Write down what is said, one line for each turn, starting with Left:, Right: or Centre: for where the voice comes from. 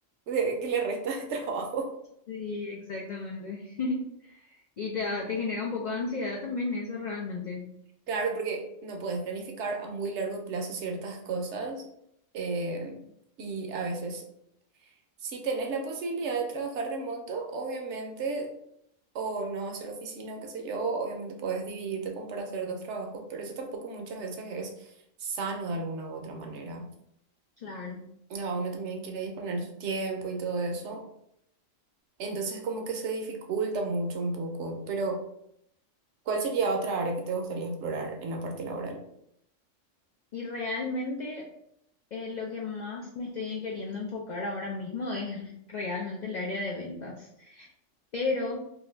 Right: de- que le resta de trabajo.
Left: Sí, exactamente. <laughs> Y te, da- te genera un poco de ansiedad también eso realmente.
Right: Claro, porque no puedes planificar a muy largo plazo ciertas cosas eh, y a veces si tenés la posibilidad de trabajar remoto, obviamente, o no hacer oficina, o qué sé yo, obviamente puedes dividirte como para hacer dos trabajos, pero eso tampoco muchas veces es sano de alguna u otra manera.
Left: Claro.
Right: Cada uno también quiere disponer de su tiempo y todo eso, entonces como que se dificulta mucho un poco, pero ¿cuál sería otra área que te gustaría explorar en la parte laboral?
Left: Y realmente eh, lo que más me estoy queriendo enfocar ahora mismo es realmente el área de ventas, pero